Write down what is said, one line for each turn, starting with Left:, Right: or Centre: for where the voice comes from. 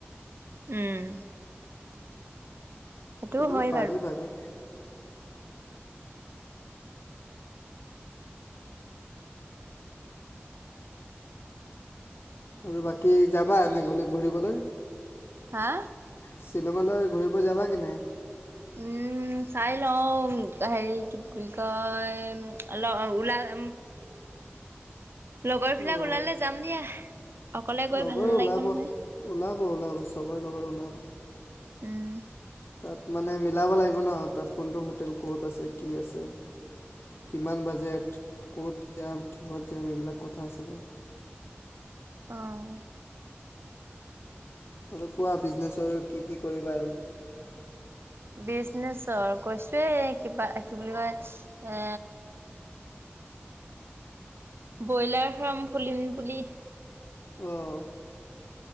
Right: উম। সেইটোও
Left: খুলিব
Right: হয়
Left: পাৰি বাৰু। আৰু বাকী যাবা এনেই ঘূলি-ঘূৰিবলৈ?
Right: হা?
Left: শ্বিলঙলৈ ঘূৰিব যাবা কি নাই?
Right: উম, চাই লওঁ, হেৰি কি বুলি কয়, অল-ওলাই লগৰবিলাক
Left: অ'
Right: ওলালে যাম দিয়া, অকলে গৈ
Left: লগৰ
Right: ভাল নালাগিব
Left: ওলাব
Right: নহয়।
Left: ওলাব ওলাব চবৰে লগৰ ওলাব।
Right: উম।
Left: তাত মানে মিলাব লাগিব ন, তাত কোনটো হোটেল ক'ত আছে, কি আছে কিমান বাজেট, ক'ত যাম হত যাম, এইবিলাক কথা আছে ন।
Right: অ'।
Left: আৰু কোৱা বিজনেছৰ কি কি কৰিবা আৰু?
Right: বিজনেচৰ কৈছোয়ে কিবা, এ কি বুলি কয় এ ব্ৰইলাৰ ফাৰ্ম খুলিম বুলি,
Left: অ'